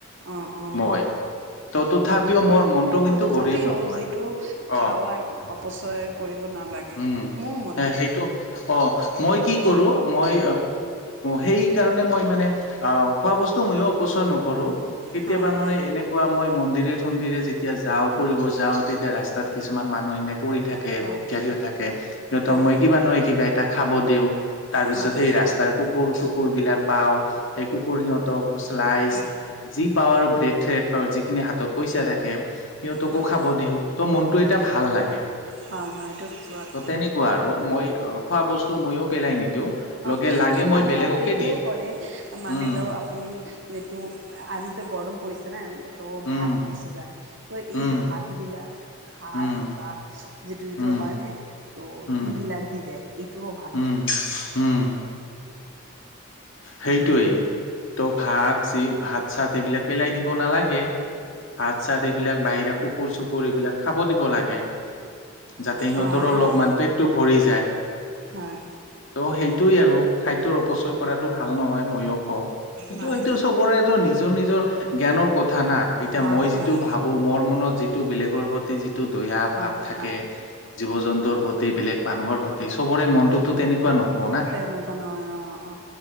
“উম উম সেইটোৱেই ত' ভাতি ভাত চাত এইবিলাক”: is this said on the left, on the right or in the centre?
Left